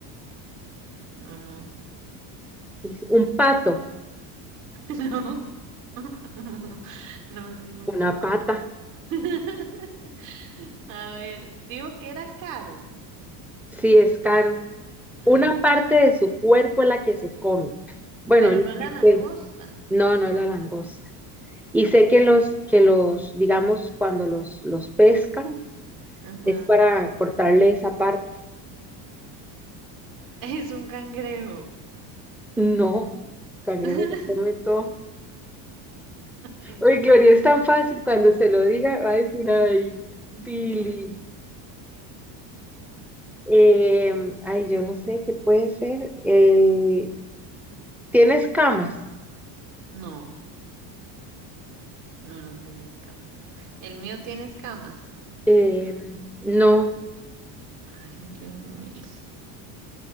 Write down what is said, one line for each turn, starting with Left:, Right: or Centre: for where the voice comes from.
Right: no, no,
Centre: Dice, Un pato,
Right: <laughs> no. <laughs> No, no es un
Centre: una
Right: pato.
Centre: pata.
Right: <laughs> A ver, digo que era caro.
Centre: Sí, es caro. Una
Right: Ay,
Centre: parte de su cuerpo es la que se come. Bueno,
Right: pero
Centre: yo
Right: no era
Centre: que
Right: langosta.
Centre: sé. No, no es la langosta. Y sé que los, que los, digamos, cuando los, los pescan,
Right: Ajá.
Centre: es para cortarle esa parte.
Right: <laughs> Es un cangrejo.
Centre: No, el cangrejo
Right: <laughs>
Centre: se come todo.
Right: Ay, no.
Centre: Uy, Gloria, es tan fácil cuando se lo diga, va a decir, ay,
Right: <laughs>
Centre: Pili. Eh, ay, yo no sé qué puede ser. Eh, ¿tiene escamas?
Right: No, no, no tiene escamas. El mío tiene escamas.
Centre: Eh, no.
Right: Ay, Dios mío.